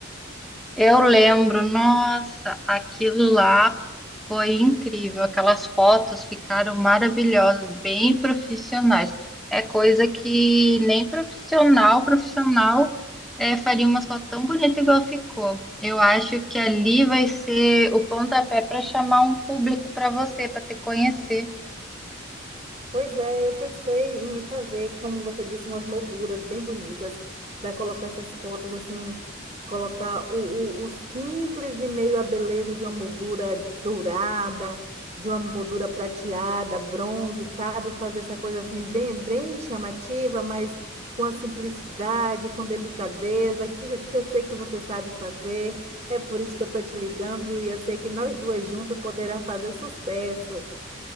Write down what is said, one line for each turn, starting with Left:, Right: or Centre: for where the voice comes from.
Centre: Eu lembro, nossa, aquilo lá foi incrível. Aquelas fotos ficaram maravilhosas, bem profissionais. É coisa que nem profissional, profissional, eh, faria uma foto tão bonita igual ficou. Eu acho que ali vai ser o pontapé para chamar um público para você, para te conhecer.
Right: Pois é, eu pensei em fazer, como você disse, umas molduras bem bonitas, para colocar essas fotos assim, colocar o, o, o simples e meio a beleza de uma moldura dourada, de uma moldura prateada, bronze, sabe? Fazer essa coisa assim bem, bem chamativa, mas com a simplicidade, com delicadeza, que, que eu sei que você sabe fazer. É por isso que eu estou te ligando e eu sei que nós duas juntas poderá fazer sucesso.